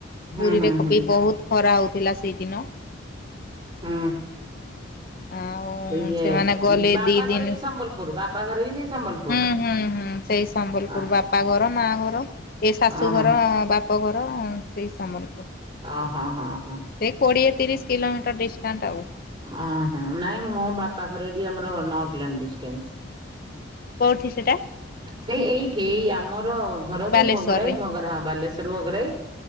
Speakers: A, on the right; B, on the left.
A: ହୁଁ
B: ପୁରୀରେ
A: ହୁଁ
B: କବି
A: ହୁଁ
B: ବହୁତ ଖରା ହଉଥିଲା ସେଇଦିନ।
A: ହୁଁ।
B: ଆଉ
A: ଇଏ
B: ସେମାନେ ଗଲେ
A: ବାପା
B: ଦି ଦିନ
A: ଘରେ ବି ସମ୍ବଲପୁର। ବାପା ଘରେ ବି ସେଇ ସମ୍ବଲପୁର।
B: ହୁଁ ହୁଁ ହୁଁ ସେଇ ସମ୍ବଲପୁର
A: ଅ
B: ବାପା ଘର ମା ଘର ଏ ଶାଶୁଘର
A: ହଁ ହଁ
B: ବା ପଘର ସେଇ ସମ୍ବଲପୁର।
A: ଓ ହଁ ହଁ ହଁ।
B: ସେ କୋଡ଼ିଏ ତିରିଶ କିଲୋମିଟର ଡିଷ୍ଟାନ୍ସ ଆଉ।
A: ଓ ହ ନାଇଁ ମୋ ବାପା ଘର ବି ଆମର ନଅ କିଲୋ ମିଟର ଡିଷ୍ଟାନ୍ସ।
B: କୋଉଠି ସେଟା?
A: ସେଇ ଏଇଠି ଆମର ଘର
B: ବାଲେଶ୍ଵରରେ
A: ଯୋଉ ଭୋଗରାଇ ଭୋଗରା ହ ବାଲେଶ୍ଵର ଭୋଗରାଇ।